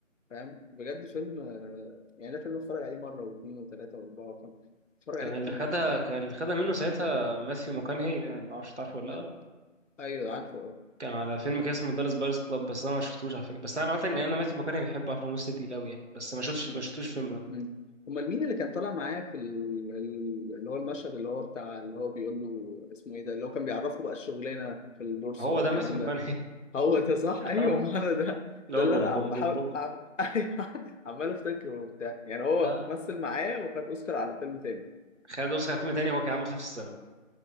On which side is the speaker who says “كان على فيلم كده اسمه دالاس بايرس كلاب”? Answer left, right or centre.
Right